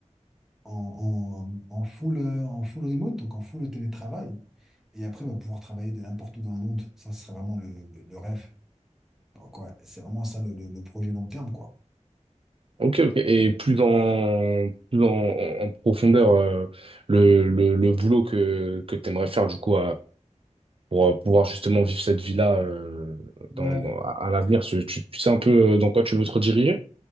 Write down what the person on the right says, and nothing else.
Ok, ok. Et plus dans, plus dans, en, en profondeur, euh, le, le, le boulot que, que tu aimerais faire, du coup, pour euh, pouvoir justement vivre cette vie-là euh, dans,
dans- à à l'avenir. Tu, tu- tu sais un peu euh, dans quoi tu veux te rediriger?